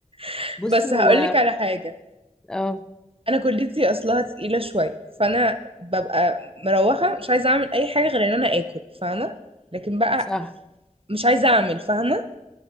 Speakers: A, on the right; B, in the centre.
A: <laughs>
B: بصي
A: بس
B: هو
A: هقول لك على حاجه
B: اه
A: انا كليتي اصلها تقيله شويه فانا ببقى مروحه مش عايزه اعمل اي حاجه غير ان انا اكل فاهمه لكن بقى
B: صح
A: مش عايزه اعمل فاهمه